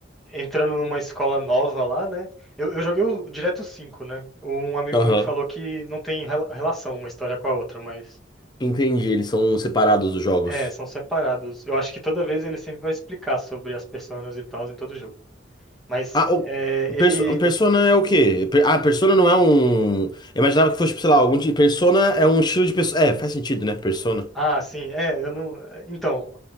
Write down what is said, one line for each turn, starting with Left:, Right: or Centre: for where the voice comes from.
Centre: entrando numa escola nova lá, né? Eu, eu joguei o, direto 5, né? Um amigo
Left: Aham.
Centre: meu falou que não tem rela- relação uma história com a outra, mas.
Left: Entendi, eles são separados os jogos.
Centre: É, são separados. Eu acho que toda vez ele sempre vai explicar sobre as personas e tal em todo jogo. Mas
Left: Ah, o,
Centre: é,
Left: Perso-
Centre: ele.
Left: Persona é o quê? Per- Ah, Persona não é um. Eu imaginava que fosse, tipo, sei lá, algum tipo. Persona é um estilo de pessoa. É, faz sentido, né? Persona.
Centre: Ah, sim, é, eu não. Então,